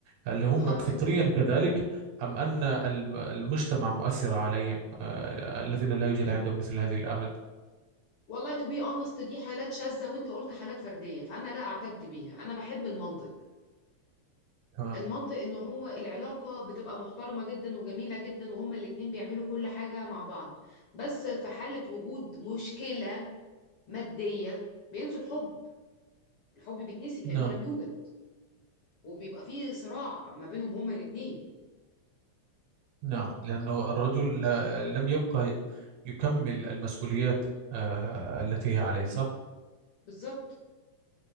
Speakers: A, on the right; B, on the left.
A: هل هم
B: آه
A: فطريا
B: انت بتقول
A: كذلك أم أن الم- المجتمع مؤثر عليهم آه، الذين لا يوجد
B: to-
A: عندهم مثل هذه الآلات
B: والله to be honest دي حالات شاذة وانت قلت حالات فردية فانا لا اعتد بيها انا بحب المنطق
A: تمام
B: المنطق ان هو العلاقة بتبقى محترمة جدا وجميلة جدا وهما الاتنين بيعملوا كل حاجة مع بعض بس في حالة وجود مشكلة مادية بينسوا الحب الحب بيتنسي كأنه
A: نعم
B: لم يوجد وبيبقى فيه صراع ما بينهم هما الاتنين
A: نعم لأنه الرجل لا- لم يبقى يكمل المسؤوليات آه، التي هي عليه صح
B: بالظبط